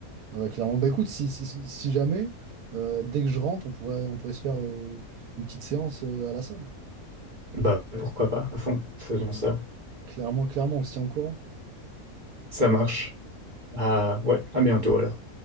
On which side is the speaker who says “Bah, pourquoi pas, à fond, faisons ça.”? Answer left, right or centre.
Right